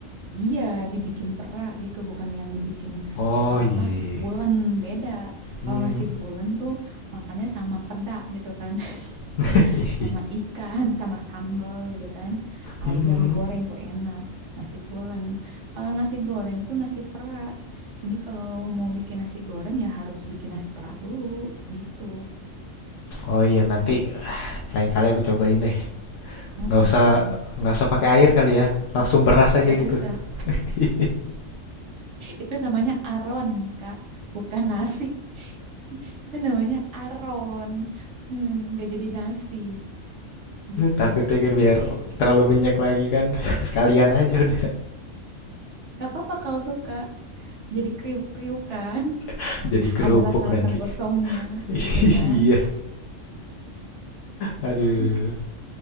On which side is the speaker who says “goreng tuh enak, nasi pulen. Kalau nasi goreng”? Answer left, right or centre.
Right